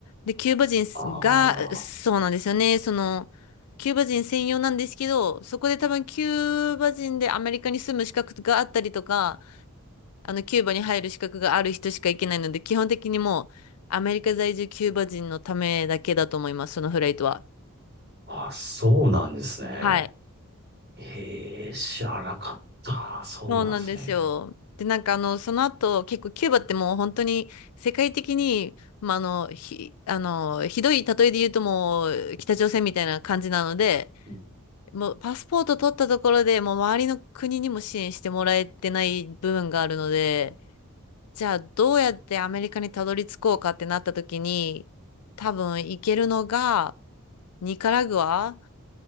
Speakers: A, on the left (about 85°); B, on the right (about 50°).
A: で、キューバ人が、
B: あ
A: そうなんですよね。その、キューバ人専用なんですけど、そこで多分キューバ人でアメリカに住む資格があったりとか、あの、キューバに入る資格がある人しか行けないので、基本的にもう、アメリカ在住キューバ人のためだけだと思います、そのフライトは。
B: あ、ああ、そうなんですね。
A: はい。
B: ええ、知らなかった。そうなんですね。
A: そうなんですよ。で、なんかあの、その後、結構キューバってもう本当に世界的に、まあ、あの、ひ、あの、ひどい例えで言うともう北朝鮮みたいな感じなので、
B: うん
A: もうパスポート取ったところでもう周りの国にも支援してもらえてない部分があるので、じゃあどうやってアメリカにたどり着こうかってなった時に、多分行けるのがニカラグアっ